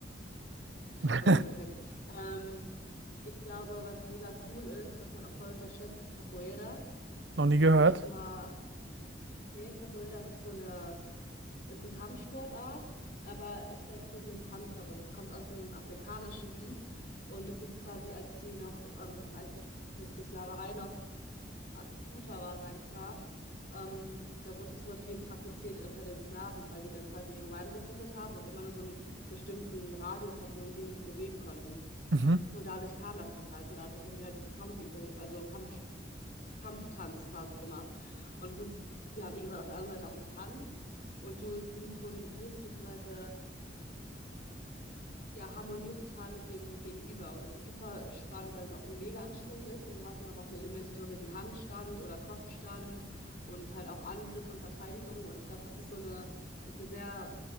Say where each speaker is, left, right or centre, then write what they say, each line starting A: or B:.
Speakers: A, on the right; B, on the left.
A: <laughs>
B: Okay, perfekt. Ähm, ich glaube, was mega cool ist, was man auch voll unterschätzt, ist Capoeira.
A: Noch nie
B: Hast
A: gehört.
B: du da schon mal. Nee, Capoeira ist auch so eine. Ist eine Kampfsportart, aber es gleicht sich mit dem Tanz ab und es kommt aus dem Afrikanischen. Und das ist quasi, als die noch. Ähm, als die, dass die Sklaverei noch akuter war, sage ich mal. Ähm, da wurde das super viel praktiziert unter den Sklaven, weil die dann quasi ihre Beine gefesselt haben und immer nur so einen bestimmten Radius hatten, in dem die sich bewegen konnten.
A: Mhm.
B: Und dadurch kam das dann halt. Und dadurch haben die halt Kampfübungen, also Kampf Kampftanz quasi gemacht. Und es ist, ja, wie gesagt, auf der anderen Seite auch ein Tanz und du synchronisierst bzw. ja, harmonierst total mit dem Gegenüber. Und das ist super spannend, weil es auch mega anstrengend ist und du hast dann aber auch so Elemente drin wie Handstand oder Kopfstand und halt auch Angriff und Verteidigung. Und ich glaube, das ist so eine, ist eine sehr,